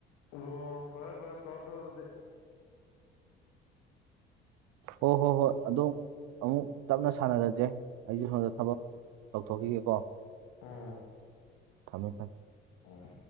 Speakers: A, on the left; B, on the right.
A: ꯑꯣ ꯐꯔꯦ ꯐꯔꯦ ꯇꯧꯔ ꯇꯧꯔꯣꯗꯨꯗꯤ
B: ꯍꯣꯏ ꯍꯣꯏ ꯍꯣꯏ ꯑꯗꯨꯝ ꯑꯃꯨꯛ ꯇꯞꯅ ꯁꯥꯟꯅꯔꯁꯦ ꯑꯩꯁꯨ ꯁꯣꯝꯗ ꯊꯕꯛ ꯇꯧꯊꯣꯛꯈꯤꯒꯦꯀꯣ
A: ꯑꯥ
B: ꯊꯃꯦ ꯊꯝ
A: ꯑꯣ